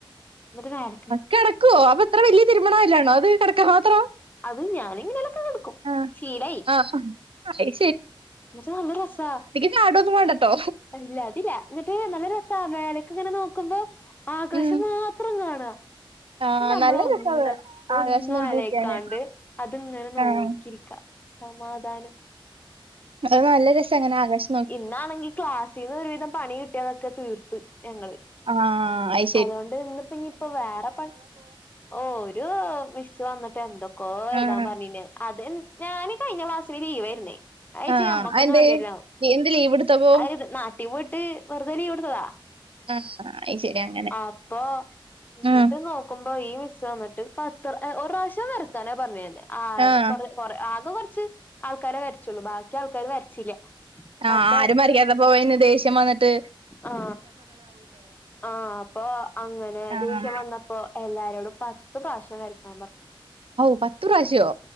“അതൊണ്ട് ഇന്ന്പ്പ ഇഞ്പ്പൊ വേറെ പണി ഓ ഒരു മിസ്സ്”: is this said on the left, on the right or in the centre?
Left